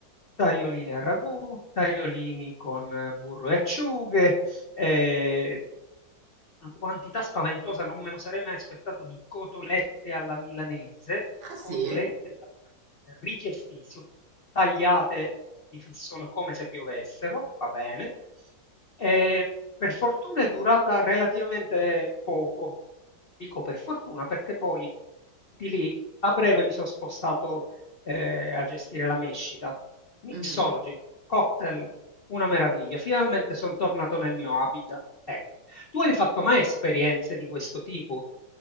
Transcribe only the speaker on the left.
tagliolini a ragù, tagliolini con burro e acciughe, eh, una quantità spaventosa, non me lo sarei mai aspettato, di cotolette alla milanese,
cotolette alla milanese, richiestissimo, tagliate di fassone come se piovessero, va bene. E per fortuna è durata relativamente poco, dico per fortuna, perché poi di lì a breve mi sono spostato eh, a gestire la mescita. Mixology,
cocktail, una meraviglia. Finalmente sono tornato nel mio habitat. Ecco. Tu hai fatto mai esperienze di questo tipo?